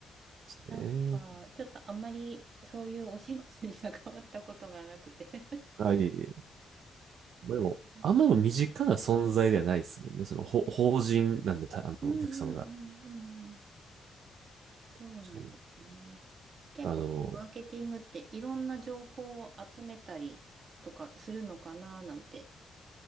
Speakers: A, on the right; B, on the right.
A: なんか、
B: ね
A: ちょっとあんまりそういうお仕事に関わったことがなくて。
B: え。はい。まあでも、
A: うん
B: あんまでも身近な存在ではないですもんね。その、ほ法人なんで、た、あの、
A: うんうんうんうん。
B: お客様が。
A: そうなんですね。
B: 確かに。
A: 結構、
B: あの、
A: マーケティングっていろんな情報を集めたりとかするのかななんて